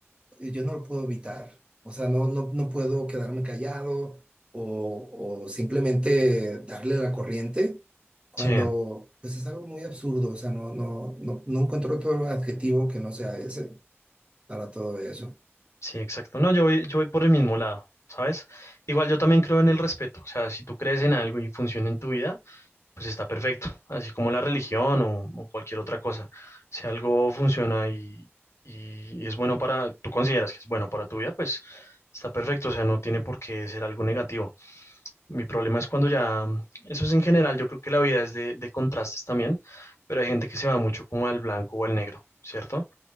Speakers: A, on the right; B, on the left.
A: yo no lo puedo evitar, o sea, no, no, no puedo quedarme callado o, o simplemente darle la corriente cuando,
B: Sí,
A: pues es algo muy absurdo, o sea, no, no, no, no encuentro otro adjetivo que no sea ese para todo eso.
B: sí, exacto. No, yo voy, yo voy por el mismo lado, ¿sabes? Igual yo también creo en el respeto, o sea, si tú crees en algo y funciona en tu vida, pues está perfecto, así como la religión o, o cualquier otra cosa. Si algo funciona y, y es bueno para, tú consideras que es bueno para tu vida, pues está perfecto, o sea, no tiene por qué ser algo negativo. Mi problema es cuando ya, eso es en general, yo creo que la vida es de, de contrastes también, pero hay gente que se va mucho como al blanco o al negro, ¿cierto?